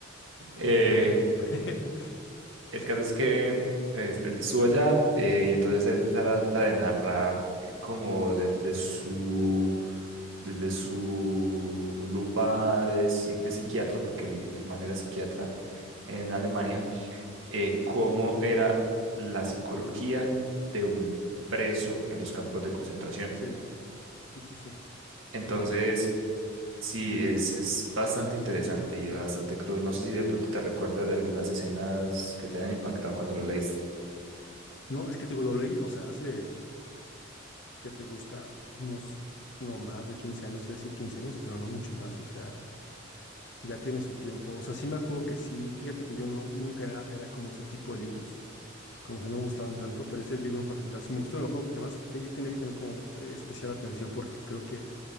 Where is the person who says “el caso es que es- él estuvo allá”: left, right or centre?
Right